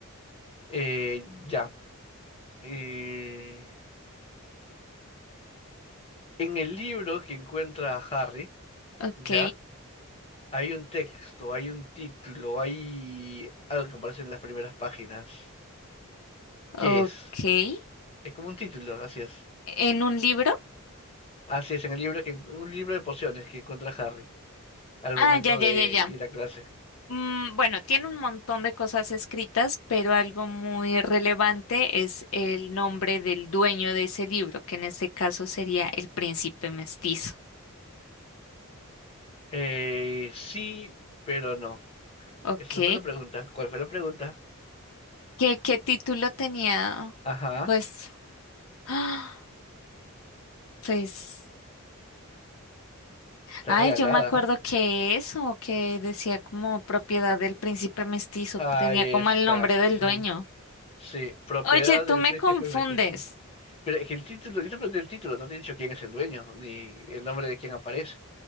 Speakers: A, on the left (about 25°); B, on the left (about 65°).
A: Eh, ya. Eh, en el libro que encuentra a Harry,
B: ok,
A: ya. Hay un texto, hay un título, hay algo que aparece en las primeras páginas. ¿Qué
B: ok.
A: es?
B: E,
A: Es como un título, así es.
B: ¿En un libro?
A: Así es, en el libro que, en un libro de pociones que encuentra Harry al
B: Ah,
A: momento
B: ya, ya,
A: de
B: ya, ya.
A: ir a clase.
B: Mm, bueno, tiene un montón de cosas escritas, pero algo muy relevante es el nombre del dueño de ese libro, que en este caso sería El Príncipe Mestizo.
A: Eh, sí, pero no.
B: Ok.
A: Esa no fue la pregunta. ¿Cuál fue la pregunta?
B: ¿Qué, qué título tenía?
A: Ajá,
B: Pues, <gasps> ¡ah! pues.
A: está
B: Ay,
A: regalada.
B: yo me acuerdo que eso, que decía como propiedad del príncipe mestizo,
A: Ahí
B: tenía como
A: está,
B: el nombre del
A: sí,
B: dueño.
A: sí. Propiedad
B: Oye, tú
A: del
B: me
A: príncipe
B: confundes.
A: mestizo. Pero es que el título, yo te pregunté el título, no te he dicho quién es el dueño, ni el nombre de quién aparece.